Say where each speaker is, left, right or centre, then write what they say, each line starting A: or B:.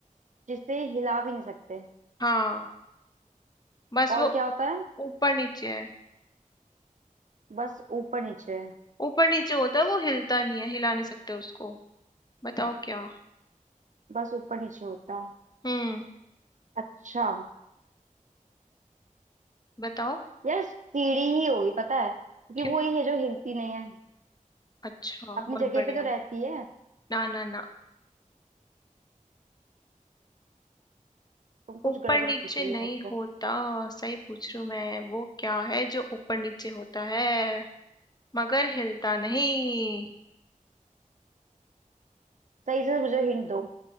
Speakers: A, on the right; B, on the left.
A: जिसे हिला भी नहीं सकते
B: हाँ बस
A: और
B: वो
A: क्या होता है
B: ऊपर नीचे है
A: बस ऊपर नीचे है
B: ऊपर नीचे होता है वो हिलता नहीं है हिला नहीं सकते उसको बताओ क्या
A: बस ऊपर नीचे होता है
B: हम्म
A: अच्छा
B: बताओ
A: यार सीढ़ी ही होगी पता है क्योंकि
B: क्यों
A: वो ही है जो हिलती नहीं है
B: अच्छा
A: अपनी
B: बहुत
A: जगह
B: बढ़िया
A: पे तो रहती है
B: ना ना ना
A: तुम कुछ
B: ऊपर
A: गड़बड़
B: नीचे
A: पूछ रही
B: नहीं
A: हो मुझसे
B: होता सही पूछ रही हूँ मैं वो क्या है जो ऊपर नीचे होता है मगर हिलता नहीं
A: सही से मुझे हिंट दो